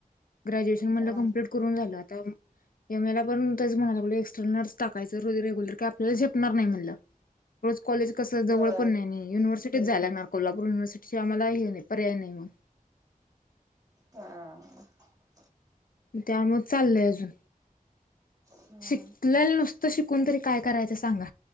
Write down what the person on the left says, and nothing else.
ग्रॅज्युएशन म्हणलं
कम्प्लीट करून झालं आता एम ए ला पण तेच म्हणाय लागलोय एक्सटर्नर्स टाकायचं रोज रेग्युलर काय आपल्याला झेपणार नाही म्हणलं. रोज कॉलेज कसं जवळ
पण नाही ययुनिव्हर्सिटीत जायला लागणार. कोल्हापूर युनिव्हर्सिटी शिवाय आम्हाला हे नाही पर्याय नाही मग.
म त्यामुळं चाललंय अजून.
शिकल्याल नुसतं शिकून तरी काय करायचं सांगा